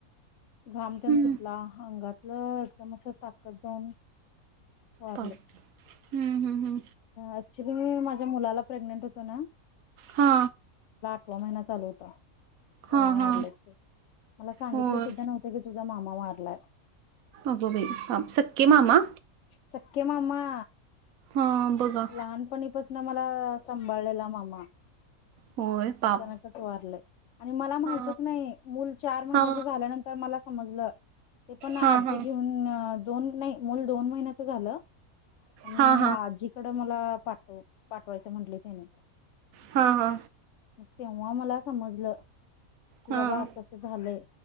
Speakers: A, on the left; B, on the right.
A: घाम त्यान
B: हम्म
A: सुटला अंगातलं एकदम अस ताकद जाऊन वारले.
B: प हम्म हम् हम्
A: ऍक्च्युली मी माझ्या मुलाला प्रेग्नेंट होतो ना?
B: हा
A: सव्वा महिना चालू होता.
B: हा
A: तेव्हा वारले
B: हा
A: मया ला सांगितले
B: होय
A: सुद्धा नव्हते की तुझा मामा वारलाय.
B: अगं बाई पाप सक्कके मामा?
A: सक्के मामा?
B: हा बघा.
A: लहानपणीपासून मला सांभाळलेला मामा
B: होय पाप
A: अचानकच वारलय. आणि मला माहितच
B: हा
A: नाही मूल चार महिन्याच
B: हा
A: झाल्यानंतर मला समजलं. ते पण आजी
B: हा हा हा
A: घेऊन न दोन नाही मूल दोन महिन्याच झालं. आणि
B: हा हा
A: आजीकडं मला पाठव पाठवायचं म्हटले त्यानी.
B: हा हा
A: तेव्हा मला समजलं की
B: हा
A: बाबा असं असं झालंय.